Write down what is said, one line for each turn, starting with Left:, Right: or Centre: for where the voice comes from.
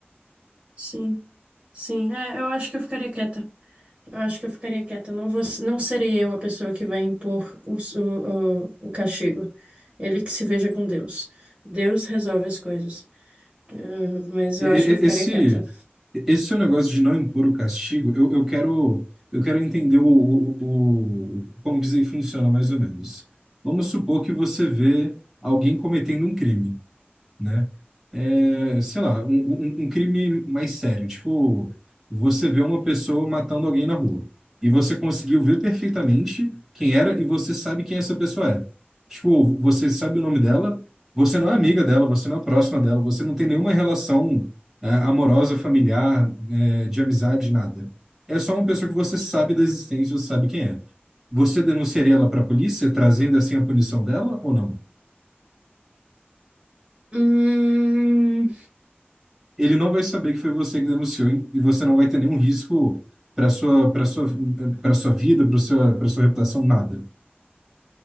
Right: sim, sim. É, eu acho que eu ficaria quieta. Eu acho que eu ficaria quieta. Não vou, não serei eu a pessoa que vai impor o, o, o, o castigo. Ele que se veja com Deus. Deus resolve as coisas. Eh, mas
Centre: E-
Right: eu
Centre: e-
Right: acho que eu
Centre: e-
Right: ficaria
Centre: Esse,
Right: quieta.
Centre: esse seu negócio de não impor o castigo, eu, eu quero, eu quero entender o, o, o- o- como dizer, funciona mais ou menos. Vamos supor que você vê alguém cometendo um crime. né? É, sei lá, um, um- um crime mais sério. Tipo, você vê uma pessoa matando alguém na rua e você conseguiu ver perfeitamente quem era e você sabe quem essa pessoa é. Tipo, você sabe o nome dela, você não é amiga dela, você não é próxima dela, você não tem nenhuma relação, é, amorosa, familiar, é, de amizade, nada. É só uma pessoa que você sabe da existência, você sabe quem é. Você denunciaria ela para a polícia, trazendo assim a punição dela ou não?
Right: Hum,
Centre: ele não vai saber que foi você que denunciou e e você não vai ter nenhum risco para sua para sua para sua vida, para sua para sua reputação, nada.